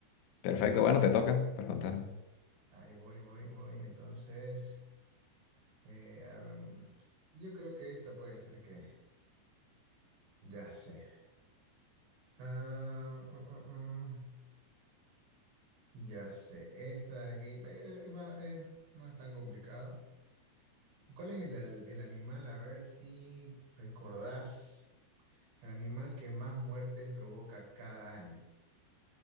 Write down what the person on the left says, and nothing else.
Perfecto, bueno, te toca preguntarme.